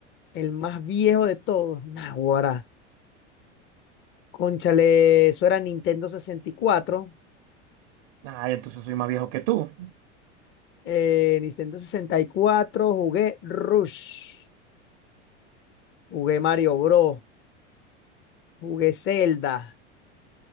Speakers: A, on the left (about 35°); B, on the right (about 55°).
A: el más viejo de todos, Naguará. Cónchale, eso era Nintendo 64.
B: Ah, entonces soy más viejo que tú.
A: eh, Nintendo sesenta y cuatro jugué Rush, jugué Mario Bros, jugué Zelda,